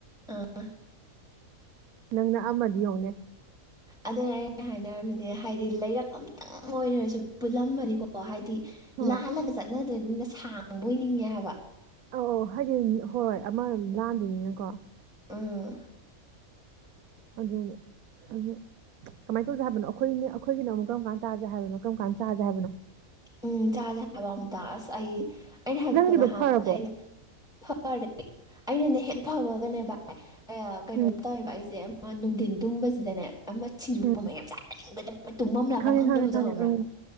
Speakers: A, in the centre; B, on the right.
A: ꯑꯥ
B: ꯅꯪ ꯅꯛꯑꯝꯃꯗꯤ ꯌꯦꯡꯉꯨꯅꯦ
A: ꯑꯗꯨꯅ ꯑꯩꯅ ꯍꯥꯏꯅꯔꯝꯃꯤꯅꯦ ꯍꯥꯏꯗꯤ ꯂꯩꯔꯛ ꯑꯝꯇꯪ ꯑꯣꯏꯔꯁꯨ ꯄꯨꯜꯂꯝꯃꯗꯤꯀꯣ ꯍꯥꯏꯗꯤ
B: ꯍꯣꯏ
A: ꯂꯥꯜꯂꯒ ꯆꯠꯅꯗꯣꯏꯅꯤꯅ ꯁꯥꯡꯕ ꯅꯤꯡꯉꯦ ꯍꯥꯏꯕ
B: ꯑꯧ ꯑꯧ ꯍꯥꯏꯗꯤ ꯍꯣꯏ ꯑꯃ ꯂꯥꯟꯗꯣꯏꯅꯤꯅꯀꯣ
A: ꯎꯝ
B: ꯑꯗꯨꯅꯦ ꯑꯗꯨ ꯀꯃꯥꯏꯅ ꯇꯧꯖꯦ ꯍꯥꯏꯕꯅꯣ ꯑꯩꯈꯣꯏꯅ ꯑꯩꯈꯣꯏꯒꯤꯅꯣ ꯑꯃꯨꯛ ꯀꯔꯝ ꯀꯥꯟꯗ ꯆꯥꯖꯦ ꯍꯥꯏꯕꯅꯣ ꯀꯔꯝ ꯀꯥꯟꯗ ꯆꯥꯁꯦ ꯍꯥꯏꯕꯅꯣ
A: ꯎꯝ ꯆꯥꯖꯦ ꯍꯥꯏꯕ ꯑꯝꯇ ꯑꯁ ꯑꯩ ꯑꯩꯅ ꯍꯥꯏꯕꯗꯨ
B: ꯅꯪꯒꯤꯗꯣ
A: ꯅꯍꯥꯟ
B: ꯐꯔꯕꯣ
A: ꯑꯩꯅ ꯐꯔꯦ ꯑꯩꯅꯅꯦ ꯍꯦꯛ ꯐꯕꯒꯅꯦ ꯚꯥꯏ ꯀꯩꯌꯥ ꯀꯩꯅꯣ
B: ꯎꯝ
A: ꯇꯧꯋꯦꯕ ꯑꯩꯁꯦ ꯑꯃ ꯅꯨꯡꯊꯤꯟ ꯇꯨꯝꯕꯁꯤꯗꯅꯦ ꯑꯃ ꯁꯤꯡꯖꯨ
B: ꯎꯝ
A: ꯄꯨꯝꯕ ꯌꯥꯝ ꯆꯥꯅꯤꯡꯕꯗ ꯇꯨꯝꯐꯝ ꯂꯥꯛꯄꯝ
B: ꯈꯪꯉꯦ
A: ꯈꯪꯗꯕꯗꯣ
B: ꯈꯪꯉꯦ ꯈꯪꯉꯦ
A: ꯈꯪꯕ꯭ꯔꯥ
B: ꯎꯝ